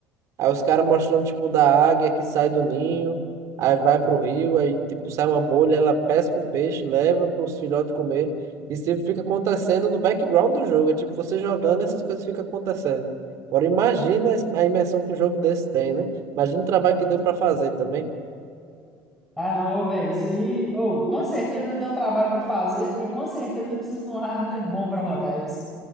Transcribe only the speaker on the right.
Aí os caras mostrando, tipo, da águia que sai do ninho, aí vai pro rio, aí, tipo, sai uma bolha, ela pesca um peixe, leva pros filhotes comer. Isso, tipo, fica acontecendo no background do jogo. É tipo, você jogando, essas coisas ficam acontecendo. Agora, imagina a imersão que um jogo desse tem, né? Imagina o trabalho que deu pra fazer também.